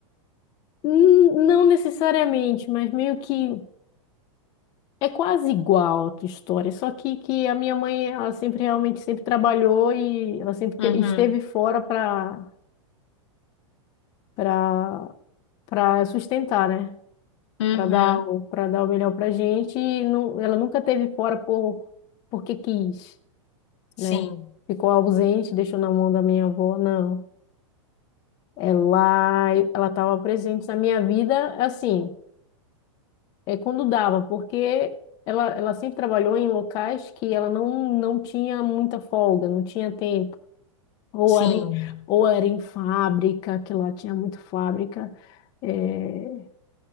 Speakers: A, on the left; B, on the left.
A: Hum, Não necessariamente, mas meio que é quase igual a tua história, só que, que a minha mãe, ela sempre realmente sempre trabalhou e ela sempre te-
B: Uhum,
A: esteve fora para para para sustentar, né?
B: uhum,
A: Para dar o para dar o melhor pra gente e não, ela nunca esteve fora por porque quis,
B: sim,
A: né? Ficou ausente, deixou na mão da minha avó, não. Ela ela estava presente na minha vida assim, é, quando dava, porque ela, ela sempre trabalhou em locais que ela não, não tinha muita folga, não tinha tempo. Ou
B: sim,
A: era em, ou era em fábrica, que lá tinha muita fábrica, é,